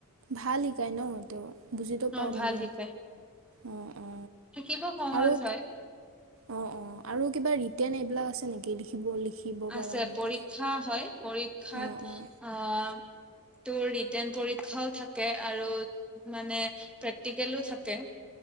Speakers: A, on the right (about 65°); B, in the centre.
A: ভাল শিকাই ন তেওঁ বুজিতো পাও
B: অ ভাল
A: মানে।
B: শিকায়
A: অ অ
B: শিকিব সহজ
A: আৰু
B: হয়
A: অ অ আৰু কিবা ৰিটন এই আছে নেকি লিখিব লিখিব। পৰা
B: আছে
A: এনেকুৱা
B: পৰীক্ষা হয়, পৰীক্ষাত
A: অঁ অঁ
B: আঁ তো ৰিটেন পৰীক্ষাও থাকে আৰু মানে প্ৰেক্টিকেলো থাকে।